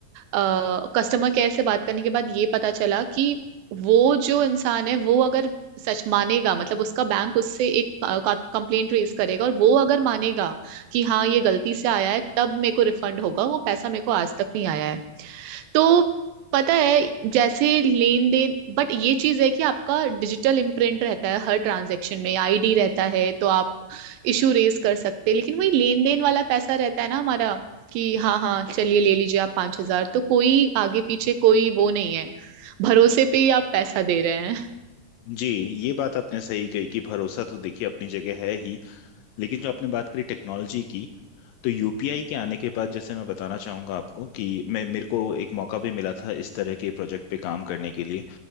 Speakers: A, on the right; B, on the left.
A: कस्टमर केयर से बात करने के बाद ये पता चला कि वो जो इंसान है वो अगर सच मानेगा मतलब उसका बैंक उससे एक कंप्लेंट रेज करेगा और वो अगर मानेगा कि हाँ ये गलती से आया है तब मेरे को रिफंड होगा वो पैसा मेरे को आज तक नहीं आया है तो पता है जैसे लेन देन बट ये चीज है कि आपका डिजिटल इम्प्रिंट रहता है हर ट्रांजेक्शन में आईडी रहता है तो आप इशू रेज कर सकते हैं लेकिन वही लेन देन वाला पैसा रहता है ना हमारा कि हाँ हाँ चलिए ले लीजिए आप पांच हजार तो कोई आगे पीछे कोई वो नहीं है भरोसे पे ही आप पैसा दे रहे हैं
B: जी ये बात आपने सही कही कि भरोसा तो देखिए अपनी जगह है ही लेकिन जो आपने बात करी टेक्नोलॉजी की तो यूपीआई के आने के बाद जैसे मैं बताना चाहूँगा आपको कि मैं मेरे को एक मौका भी मिला था इस तरह के प्रोजेक्ट पे काम करने के लिए